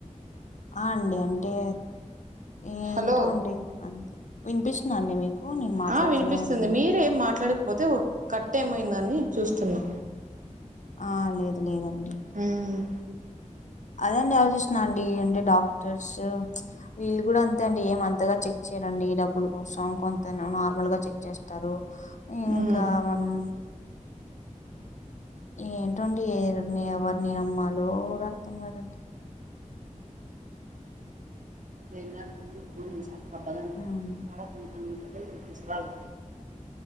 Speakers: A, on the left; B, on the right.
A: ఆ అండి అంటే ఏంటో
B: హలో
A: అండి అంతే వినిపిస్తుందా అండి నేను మాట్లాడుతూనే
B: ఆ వినిపిస్తుంది
A: ఉన్నా అండి.
B: మీరే ఏం మాట్లాడకపోతే కట్ ఏమైందని చూస్తున్నా
A: ఆ లేదు లేదండి
B: ఉమ్
A: అదండి ఆలోచిస్తున్న అండి ఏంటి డాక్టర్స్ వీళ్ళు కూడా అంతే అండి ఏం అంతగా చెక్ చేయరండి డబ్బుల కోసం కొంత నార్మల్ గా చెక్ చేస్తారు ఇంకా
B: ఉమ్
A: మనం ఏంటోండి ఎవరి ఎవరిని నమ్మాలో కూడా అర్థం కాదండి
B: నిన్నటి నుండి <unintelligible>
A: హ్మ్.
B: పోయి